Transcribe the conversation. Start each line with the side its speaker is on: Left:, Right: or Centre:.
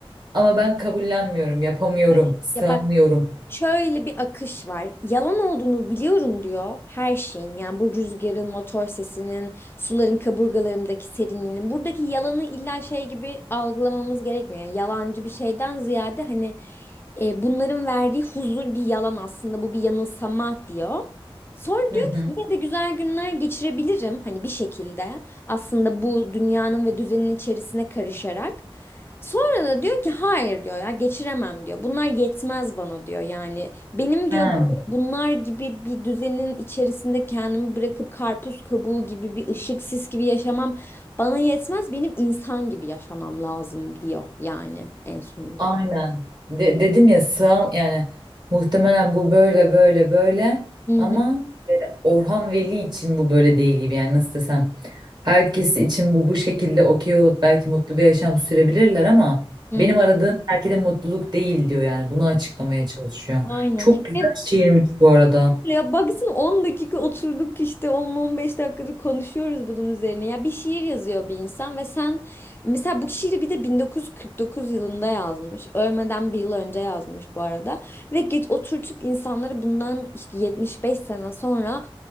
Right: ama ben kabullenmiyorum, yapamıyorum,
Left: Evet.
Right: sığamıyorum.
Left: Ya bak şöyle bir akış var. Yalan olduğunu biliyorum diyor her şeyin. Yani bu rüzgarın, motor sesinin, suların kaburgalarımdaki serinliğinin. Buradaki yalanı illa şey gibi algılamamız gerekmiyor. Yani yalancı bir şeyden ziyade hani e, bunların verdiği huzur bir yalan aslında. Bu bir yanılsama diyor. Sonra
Right: Hı
Left: diyor
Right: hı.
Left: ki yine de güzel günler geçirebilirim hani bir şekilde aslında bu dünyanın ve düzenin içerisine karışarak. Sonra da diyor ki hayır diyor ya geçiremem diyor. Bunlar yetmez bana diyor yani. Benim
Right: Ha,
Left: diyor böyle bunlar gibi bir düzenin içerisinde kendimi bırakıp karpuz kabuğu gibi bir ışık sis gibi yaşamam bana yetmez. Benim insan gibi yaşamam lazım diyor yani en sonunda
Right: aynen.
Left: da.
Right: De- dedim ya sığam yani muhtemelen bu böyle böyle böyle
Left: Hı
Right: ama
Left: hı,
Right: Orhan Veli için bu böyle değil gibi yani nasıl desem herkes için bu bu şekilde okey olup belki mutlu bir yaşam sürebilirler ama
Left: hı.
Right: benim aradığım belki de mutluluk değil diyor yani bunu açıklamaya çalışıyor.
Left: Aynen.
Right: Çok güzel
Left: Ve
Right: şiirmiş bu arada.
Left: Ya baksana 10 dakika oturduk işte 10-15 dakikadır konuşuyoruz bunun üzerine. Ya bir şiir yazıyor bir insan ve sen mesela bu şiiri bir de 1949 yılında yazmış. Ölmeden bir yıl önce yazmış bu arada. Ve geç oturtup insanları bundan işte 75 sene sonra